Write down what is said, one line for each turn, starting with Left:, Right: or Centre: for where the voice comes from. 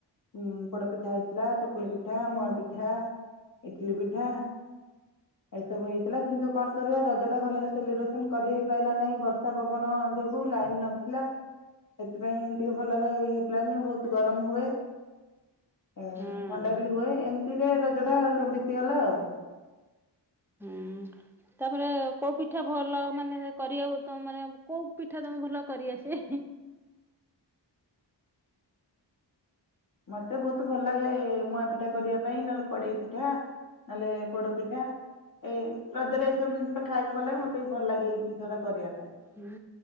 Left: ଉଁ ପୋଡ ପିଠା ହେଇଥିଲା ଚକୁଳି ପିଠା ମୁଆ ପିଠା ଇଟିଲିି ପିଠା ଏଇସବୁ ହେଇଥିଲା କିନ୍ତୁ କଣ କରିବା ରଜ ଟା ଭଲରେ ସେଲିବ୍ରେସନ୍ କରି ହେଇ ପାଇଲା ନାହିଁ ବର୍ଷା ପବନ ଯୋଗୁ ଲାଇନ୍ ନଥିଲା ସେଥିପାଇଁ ଟିକେ ଭଲରେ ହେଇପାଇଲାନି ବହୁତ ଗରମ ହୁଏ।
Centre: ହଁ
Left: ଏ ଥଣ୍ଡା ବି ହୁଏ ଏମତିରେ ରଜ ଟା ବିତିଗଲା ଆଉ।
Centre: ହୁଁ ତାପରେ କୋଉ ପିଠା ଭଲ ମାନେ କରିବାକୁ ତମ ମାନେ କୋଉ ପିଠା ତମକୁ ଭଲ କରିଆସେ? ହୁଁ।
Left: ମତେ ବହୁତ ଭଲ ଲାଗେ ମୁଆଁ ପିଠା କରିବା ପାଇଁ ନହେଲେ କଡେଇ ପିଠା ନହେଲେ ପୋଡ ପିଠା ଏ ରଜରେ ଏଇ ସବୁ ଜିନିଷ ତ ଖାଇବାକୁ ଭଲ ଲାଗେ ମତେ ବି ଭଲ ଲାଗେ ଏଇ ଜିନିଷ ଗୁଡା କରିବା ପାଇଁ।
Centre: ହୁଁ